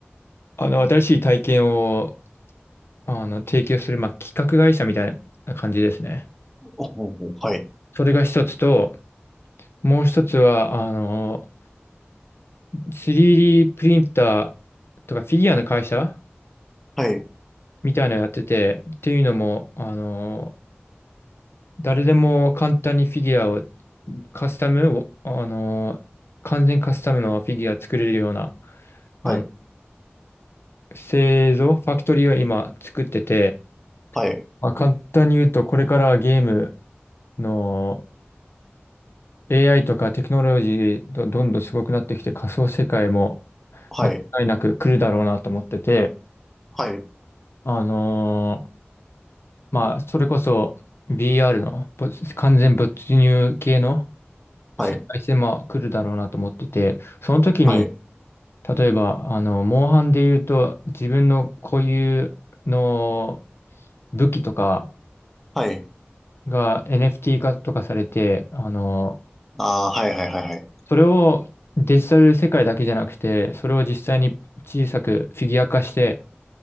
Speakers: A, on the left (about 65°); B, in the centre.
A: あの、新しい体験をあの、提供する、まあ、企画会社みたいな感じですね。
B: ほうほうはい、
A: それが一つと、もう一つは、あの、3D プリンターとかフィギュアの会社
B: はい、
A: みたいなのやってて、っていうのも、あの、誰でも簡単にフィギュアをカスタムを、あの、完全カスタムのフィギュア作れるような、あの、
B: はい、
A: 製造、ファクトリーを今作ってて、
B: はい、
A: まあ、簡単に言うと、これからはゲームの、AI とかテクノロジーど、どんどんすごくなってきて仮想世界も
B: はい、
A: 間違いなく来るだろうなと思ってて、
B: はい、
A: あのーまあ、それこそ VR のぼ完全没入系の
B: はい、
A: 世界線も来るだろうなと思ってて、その時に、
B: はい、
A: 例えば、あの、モンハンで言うと自分の固有の武器とか
B: はい、
A: が NFT 化とかされて、あの
B: ああ、はい、はい、はい、はい、
A: それをデジタル世界だけじゃなくて、それを実際に小さくフィギュア化して、